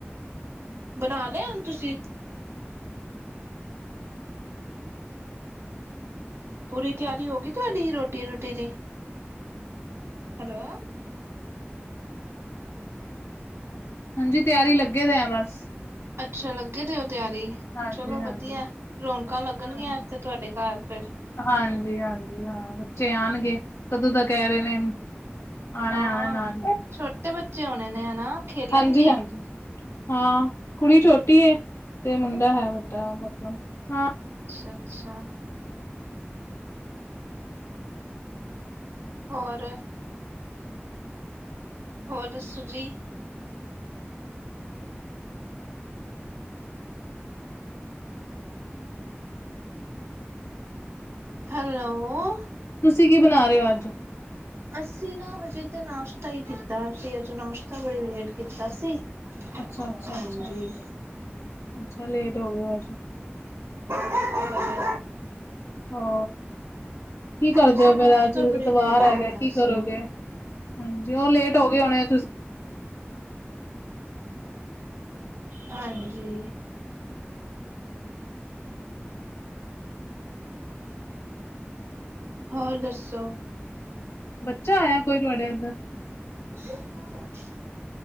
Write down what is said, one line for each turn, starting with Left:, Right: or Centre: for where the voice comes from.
Right: ਬਣਾ ਲਿਆ ਹੁਣ ਤੁਸੀਂ। ਪੂਰੀ ਤਿਆਰੀ ਹੋ ਗਈ ਤੁਹਾਡੀ ਰੋਟੀ ਰੂਟੀ ਦੀ? ਹੈਲੋ।
Left: ਹਾਂਜੀ ਤਿਆਰੀ ਲੱਗੇ ਦੇ ਆ ਬਸ।
Right: ਅੱਛਾ ਲੱਗੇ ਤੇ ਓ ਤਿਆਰੀ।
Left: ਹਾਂਜੀ
Right: ਚਲੋ
Left: ਹਾਂਜੀ
Right: ਵਧੀਆ ਰੌਣਕਾਂ ਲੱਗਣਗੀਆਂ
Left: ਹਾਂਜੀ
Right: ਤੇ ਤੁਹਾਡੇ ਘਰ ਫਿਰ।
Left: ਹਾਂਜੀ- ਹਾਂਜੀ ਹਾਂ ਬੱਚੇ ਆਨਗੇ ਕਦੋਂ ਦਾ ਕਹਿ ਰਹੇ ਨੇ। ਆਣਾ-ਆਣਾ
Right: ਹਾਂ
Left: ਨਾਲ।
Right: ਛੋਟੇ ਬੱਚੇ ਆਉਣੇ ਨੇ ਹਨਾ। ਖੇਲਣਗੇ
Left: ਹਾਂਜੀ-ਹਾਂਜੀ ਹਾਂ ਕੁੜੀ ਛੋਟੀ ੜੀ ਤੇ ਮੁੰਡਾ ਹੈ ਵੱਡਾ ਮਤਲਬ ਹਾਂ
Right: ਅੱਛਾ-ਅੱਛਾ। ਹੋਰ। ਹੋਰ ਦੱਸੋ ਜੀ? ਹੈਲੋ ਔ।
Left: ਤੁਸੀਂ ਕੀ ਬਣਾ ਰਹੇ ਹੋ ਅੱਜ?
Right: ਅਸੀਂ ਨਾ ਹਜੇ ਤਾਂ ਨਾਸ਼ਤਾ ਹੀ ਕੀਤਾ ਸੀ ਅਜ ਨਾਸ਼ਤਾ ਬੜੇ ਲੇਟ ਕੀਤਾ ਸੀ।
Left: ਅੱਛਾ- ਅੱਛਾ-ਅੱਛਾ-
Right: ਹਾਂਜੀ
Left: ਅੱਛਾ ਲੇਟ ਹੋ ਗਏ ਅੱਜ।
Right: ਹੋਰ
Left: ਹਾ ਕੀ ਕਰਦੇ
Right: ਅਸੀਂ
Left: ਹੋ
Right: ਨਾਸ਼ਤਾ
Left: ਫੇਰ ਅੱਜ ਏਤਵਾਰ
Right: ਬੜੀ ਲੇਟ ਕੀਤਾ
Left: ਹੈਗਾ। ਕੀ
Right: ਸੀ
Left: ਕਰੋਗੇ, ਹਾਂਜੀ ਔ ਲੇਟ ਹੋ ਗਏ ਹੋਣੇ ਤੁਸੀਂ
Right: ਹਾਂਜੀ। ਹੋਰ ਦੱਸੋ?
Left: ਬੱਚਾ ਆਇਆ ਕੋਈ ਤੁਹਾਡੇ ਅੰਦਰ।
Right: ਜ <unintelligible>